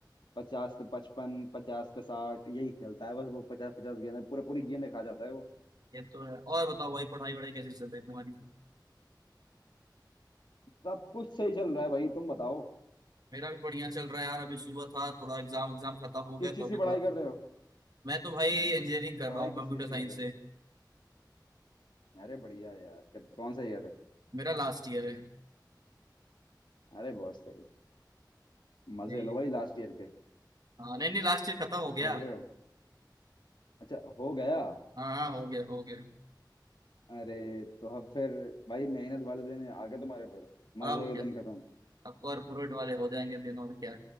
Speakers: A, on the left; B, on the right.
A: पचास पे पचपन पचास पे साठ यही खेलता है बस वो पचास पचास गेंद पूरा पूरी गेंद खा जाता है वो
B: ये तो है और बताओ भाई पढ़ाई वढ़ाई कैसे चल रही है तुम्हारी
A: सब कुछ सही चल रहा है भाई तुम बताओ
B: मेरा भी बढ़िया चल रहा है यार अभी सुबह था थोड़ा एग्जाम एग्जाम खत्म हो गया
A: किस चीज
B: तो अभी
A: की पढ़ाई
B: थोड़ा
A: कर रहे हो
B: मैं तो भाई इंजीनियरिंग कर
A: पढ़ाई
B: रहा हूँ कंप्यूटर
A: किस चीज की
B: साइंस
A: कर रहे
B: से
A: हो अरे बढ़िया यार कब- कौन सा ईयर है
B: मेरा लास्ट ईयर है
A: अरे बहुत सही मजे
B: यही
A: लो
B: है
A: भाई लास्ट ईयर के
B: हाँ नहीं नहीं लास्ट ईयर खत्म हो गया
A: समझ रहे हो अच्छा हो गया
B: हाँ हाँ हो गया हो गया
A: अरे तो अब फिर भाई मेहनत वाले दिन आ गए तुम्हारे फिर मजे
B: अब
A: के
B: क्या
A: दिन खत्म
B: अब कॉर्पोरेट वाले हो जाएंगे दिन और क्या